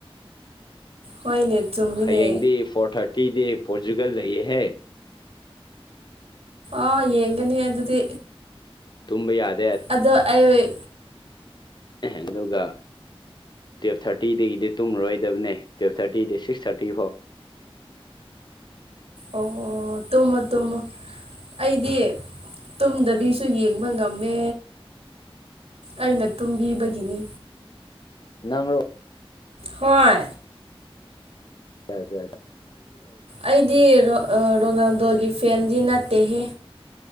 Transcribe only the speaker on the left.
ꯍꯌꯦꯡꯗꯤ ꯐꯣꯔ ꯊꯥꯔꯇꯤꯗꯤ ꯄꯣꯔꯆꯨꯒꯜ ꯂꯩꯌꯦꯍꯦ
ꯇꯨꯝꯕ ꯌꯥꯗ
ꯑꯗꯨꯒ ꯇꯨꯌꯦꯜꯞ ꯊꯥꯔꯇꯤꯗꯒꯤꯗꯤ ꯇꯨꯝꯃꯔꯣꯏꯗꯕꯅꯦ ꯇꯨꯌꯦꯜꯞ ꯊꯥꯔꯇꯤꯗꯤ ꯁꯤꯛꯁ ꯊꯥꯔꯇꯤ ꯐꯣ
ꯅꯅꯥꯪꯪꯔꯣ
ꯌꯥ